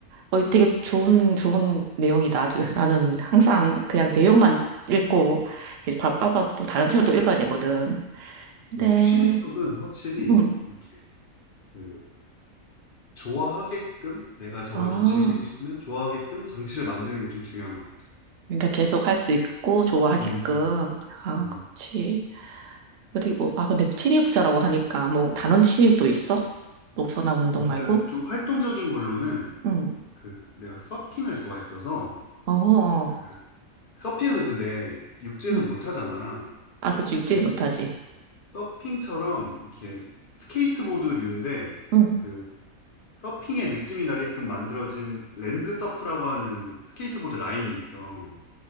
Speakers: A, on the right; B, on the left.
A: 어, 되게 좋은, 좋은 내용이다. 아주 <laughs> 나는 항상 그냥 내용만 읽고, 이제 바빠봐 또 다른 책을 또 읽어야 되거든.
B: 그
A: 네.
B: 취미 쪽은 확실히
A: 음,
B: 이렇게 그 좋아하게끔 내가 저걸
A: 아.
B: 좀 즐기고 싶으면 좋아하게끔 장치를 만드는 게 좀 중요한 것 같아.
A: 그러니까 계속 할 수 있고 좋아하게끔.
B: 음, 음,
A: 아,
B: 음.
A: 그렇지. 그리고 아, 근데 취미 부자라고 하니까 뭐 다른 취미는 또 있어? 목서나 운동
B: 일단
A: 말고?
B: 좀 활동적인 걸로는
A: 응.
B: 그 내가 서핑을 좋아했어서
A: 어, 어.
B: 그
A: 어.
B: 서핑은 근데 육지에서는
A: 응.
B: 못 하잖아.
A: 아, 그치. 육지
B: 그래서
A: 못하지.
B: 서핑처럼 이렇게 스케이트보드류인데
A: 응.
B: 그 서핑의 느낌이 나게끔 만들어진 랜드 서프라고 하는 스케이트보드 라인이 있어.